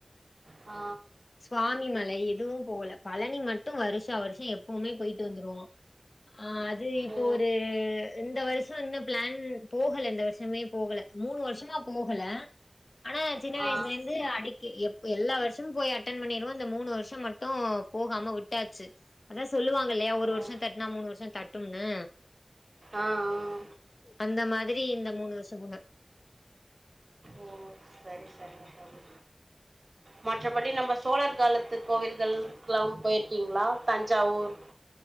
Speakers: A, on the right (about 70°); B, on the left (about 85°).
A: ஆ
B: ஸ்வாமி மலை எதுவும் போவல பழனி மட்டும் வருஷா வருஷம் எப்பவுமே போய்ட்டு வந்துருவோம் ஆ அது இப்போ
A: ஓ
B: ஒரு இந்த வருஷோ இன்னு ப்ளான் போகல இந்த வர்ஷமே போகல மூணு வர்ஷமா போகல ஆனா சின்ன வயஸ்ல
A: ஆ
B: இருந்து அடிக் எ எப் எல்லா வருஷமும் போய் அட்டன் பண்ணிருவோ இந்த மூணு வருஷம் மட்டும் போகாம வுட் டாச்சு அதா சொல்லுவாங்க இல்லையா ஒரு
A: ஓ
B: வருஷம் தட்டுனா மூணு வருஷம் தட்டும்னு
A: ஆ ஆ
B: அந்த மாதிரி இந்த மூணு வருஷம் போக
A: ஓ சரி சரிங்க தோழி மற்றபடி நம்ம சோழர் காலத்து கோவில்கள் எல்லாம் போயிருக்கீங்களா தஞ்சாவூர்